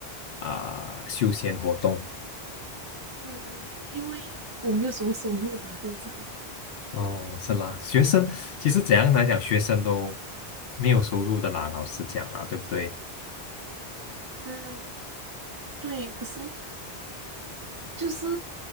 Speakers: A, on the left; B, on the right.
A: 啊、休闲活动。
B: 嗯，因为我没有什么收入嘛，现在。
A: 哦，是啦，学生其实怎样来讲，学生都没有收入的啦，老师讲啊，对不对？
B: 嗯，对，可是就是